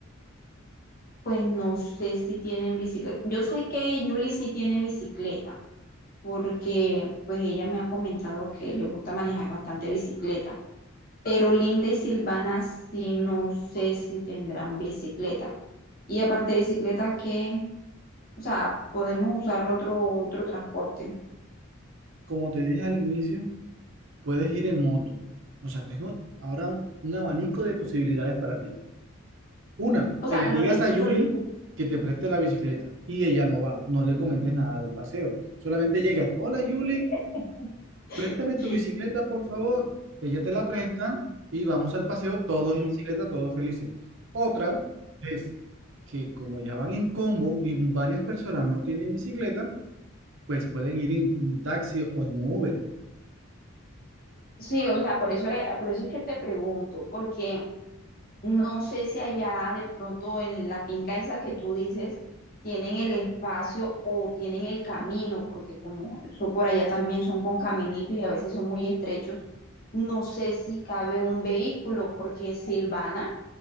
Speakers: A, on the left; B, on the right.
A: Pues no sé si tienen bicicleta. Yo sé que Julie sí tiene bicicleta. porque pues ella me ha comentado que le gusta manejar bastante bicicleta, pero Linda y Silvana sí no sé si tendrán bicicleta. Y aparte de bicicleta, que, o sea, podemos usar otro, otro transporte.
B: Como te dije al inicio, puedes ir en moto. O sea, tengo ahora un un abanico de posibilidades para ti. Una,
A: O sea,
B: que le
A: lo,
B: digas
A: di-
B: a Yuli
A: lo digo.
B: que te preste la bicicleta y ella no va. No le comentes nada del paseo. Solamente llegas, hola Yuli.
A: <laughs>
B: Préstame tu bicicleta, por favor. Ella te la presta y vamos al paseo todos en bicicleta, todos felices. Otra es que como ya van en combo y varias personas no tienen bicicleta, pues pueden ir en un taxi o en un Uber.
A: Sí, o sea, por eso, era- por eso es que te pregunto, porque No sé si allá de pronto en la finca esa que tú dices tienen el espacio o tienen el camino, porque como eso por allá también son con caminitos y a veces son muy estrechos, no sé si cabe un vehículo, porque Silvana